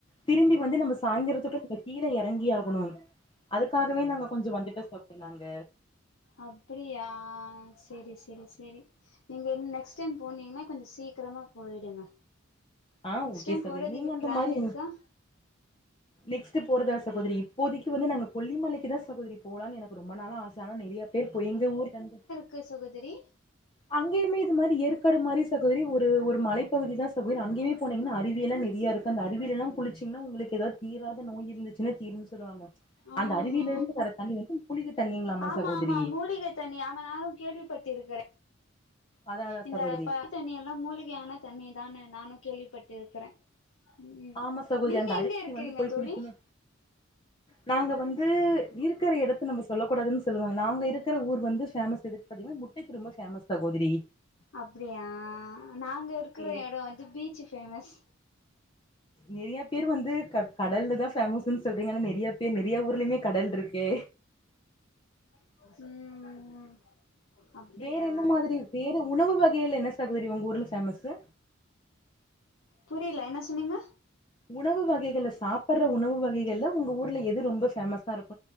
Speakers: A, on the left; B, on the left.
A: திரும்பி
B: ம்
A: வந்து நம்ம சாய்ந்தரத்துக்கு நம்ம கீழே இறங்கி ஆகணும் அதுக்காகவே நாங்க கொஞ்சோ வந்துட்டு சகோதரி நாங்க
B: அப்புடியா சேரி சேரி சேரி நீங்க ன்ன நெக்ஸ்ட் டைம் போனீங்கன்னா கொஞ்சோ சீக்கிரமா போயிடுங்க
A: ஆ
B: நெக்ஸ்ட்
A: ஓகே
B: டைம்
A: சகோதரி
B: போறதுக்கு
A: நீங்க அந்த
B: பிளான்
A: மாரி
B: இருக்க
A: நெக்ஸ்ட் போறதா சகோதரி இப்போதக்கு வந்து நாங்க கொல்லி மாலைக்கு தா சகோதரி போலான்னு எனக்கு ரொம்ப நாள ஆச ஆனா நிறைய பேர் போய் இங்க ஊர்ல இருந்து
B: க்கு சகோதரி
A: அங்கயுமே இது மாரி ஏற்காடு மாரி சகோதரி ஒரு ஒரு மலைப்பகுதி தா சகோதரி அங்கயுமே போனீங்கன்ன அருவி எல்லாம் நெறையா இருக்கு அந்த அருவிலலா எல்லா குளிச்சிங்கனா உங்களுக்கு ஏதாவது தீராத நோய் இருந்துச்சுன்னா தீருன்னு சொல்லுவாங்க
B: ஆஹா
A: அந்த அருவியில இருந்து வர தண்ணி வந்து மூலிக தண்ணீங்ளாமா
B: ஆமா
A: சகோதரி
B: ஆமா மூலிகை தண்ணி ஆமா நானு கேள்விப்பட்டிருக்கிறே
A: அதா அதா
B: இந்த
A: சகோதரி
B: ப தண்ணியெல்லா மூலிகையான தண்ணி தான்னு நானும் கேள்விப்பட்டு இருக்குறேன் ம்
A: ஆமா சகோதரி
B: நீங்க
A: அந்த அருவிக்கு
B: எங்க இருக்கிறீங்க
A: வந்து போய்
B: தோழி
A: குளிக்கணு நாங்க வந்து இருக்குற எடத்த நம்ப சொல்லக்கூடாதுன்னு சொல்லுவாங்க நாங்க இருக்குற ஊர் வந்து பேமஸ் துக்கு பாத்தீங்கன்னா முட்டைக்கு ரொம்ப ஃபேமஸ் சகோதரி
B: அப்டியா நாங்க இருக்கிற
A: பேரு
B: எடோ வந்து பீச்சு ஃபேமஸ்
A: நெறிய பேர் வந்து க கடல்ல தா ஃபேமஸ்ன்னு சொல்றீங்க ஆனா நெறைய பேர் நெறைய ஊர்லயுமே கடல் இருக்கே
B: ம் அப்டியா
A: வேற என்ன மாதிரி வேற உணவு வகையல என்ன சகோதரி உங்க ஊர்ல ஃபேமஸ்சு
B: புரில என்ன சொன்னீங்க
A: உணவு வகைகள்ல சாப்ட்ற உணவு வகைகள்ல உங்க ஊர்ல எது ரொம்ப ஃபேமஸா இருக்கும்